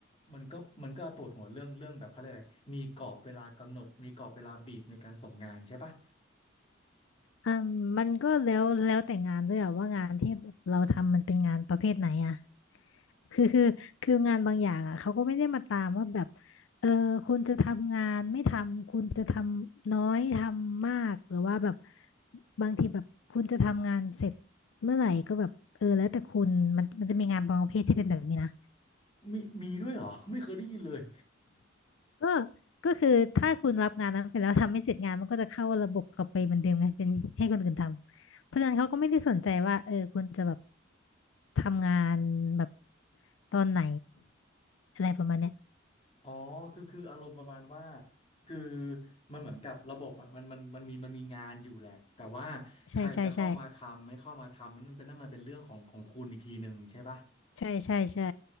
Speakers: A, on the left; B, on the left.
A: มันก็มันก็ปวดหัวเรื่องเรื่องแบบเขาเรียกอะไรมีกรอบเวลากำหนดมีกรอบเวลาบีบในการส่งงานใช่ปะ
B: อืมมันก็แล้วแล้วแต่งานด้วยอะว่างานที่เราทำมันเป็นงานประเภทไหนอะคือคือคืองานบางอย่างอะเขาก็ไม่ได้มาตามว่าแบบเออคุณจะทำงานไม่ทำคุณจะทำน้อยทำมากหรือว่าแบบบางทีแบบคุณจะทำงานเสร็จเมื่อไหร่ก็แบบเออแล้วแต่คุณมันมันจะมีงานบางประเภทที่เป็นแบบนี้นะ
A: มีมีด้วยเหรอ <laughs> ไม่เคยได้ยินเลย
B: ก็ก็คือถ้าคุณรับงานนั้นไปแล้วทำไม่เสร็จงานมันก็จะเข้าระบบกลับไปเหมือนเดิมไงเป็นให้คนอื่นทำเพราะฉะนั้นเขาก็ไม่ได้สนใจว่าเออคุณจะแบบทำงานแบบตอนไหนอะไรประมาณเนี้ย
A: อ๋อคือคืออารมณ์ประมาณว่าคือมันเหมือนกับระบบอ่ะมันมันมันมีมันมีงานอยู่แหละแต่ว่าใครจะเข้ามาทำไม่เข้ามาทำนั่นเป็นนั่นมันเป็นเรื่องของของคุณอีกทีหนึ่งใช่ปะ
B: ใช่ใช่ใช่ใช่ใช่ใช่